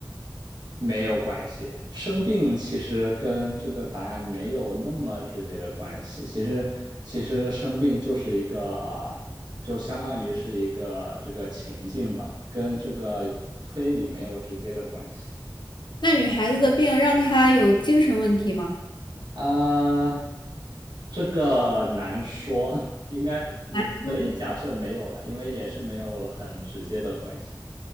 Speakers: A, on the right (about 60°); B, on the left (about 75°).
A: 没有关系。生病其实跟这个答案没有那么直接的关系。其实，其实生病就是一个啊，就相当于是一个这个情境吧，跟这个推理没有直接的关系
B: 那女孩子的病让她有精神问题吗？
A: 啊。这个难说，<laughs> 应该你可以假设没有了，
B: 难说。
A: 因为也是没有很直接的关系。